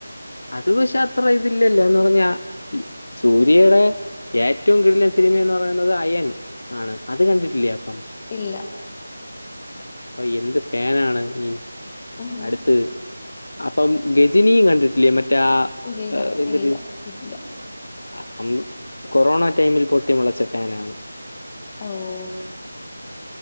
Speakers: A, on the left; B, on the left.
A: അത് പക്ഷേ അത്ര ഇതില്ലല്ലോ എന്ന് പറഞ്ഞാ സൂര്യയുടെ ഏറ്റവും കിടിലൻ സിനിമന്ന് പറയുന്നത് അയൻ ആണ് അത് കണ്ടിട്ടില്ലേ അപ്പം
B: ഇല്ല
A: അപ്പ എന്ത് പാനാണ് നീ
B: ഉം
A: അടുത്ത് അപ്പം ഗജിനിയും കണ്ടിട്ടില്ലേ മറ്റേ ആഹ്
B: ഇല്ല
A: ആഹ് എന്തിര്
B: ഇല്ല ഇല്ല
A: അപ്പം കൊറോണ ടൈമിൽ പൊട്ടി മുളച്ച ഫാനാണ്
B: ഓഹ്